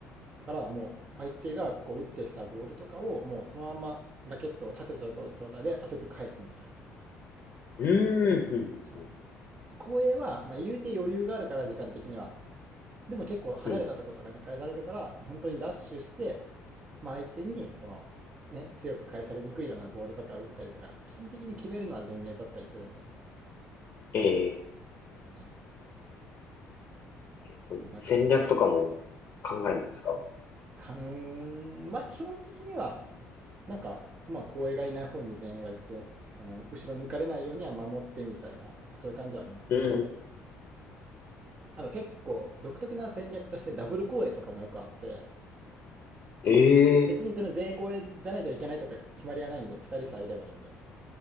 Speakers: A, on the right (about 30°); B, on the left (about 40°).
A: だからもう相手がこう打ってきたボールとかをもうそのままラケットを立てちゃう状態で当てて返すみたいな。
B: ー、うーん、うん、
A: そうなんですよ。
B: うん、う
A: 後衛は、まあ、言うて余裕があるから時間的には。でも結構離れたとことかに返されるから、
B: ん。うん。
A: 本当にダッシュして、まあ、相手にその、ね、強く返されにくいようなボールとか打ったりとか、基本的に決めるのは前衛だったりするんで
B: えー、
A: ですね。
B: 結構戦略とかも考えるんですか
A: そんな感かん、まあ基本的には、なんか、まあ後衛がいない方に全員がいて、あの後ろ抜かれないようには守ってみたいな、まあそういう感じはありますね。
B: うん。
A: あと結構独特な戦略としてダブル後衛とかもよくあって、
B: え
A: 別にその全員後衛じゃないといけないとか決まりはないんで、2人さえいればいいんで。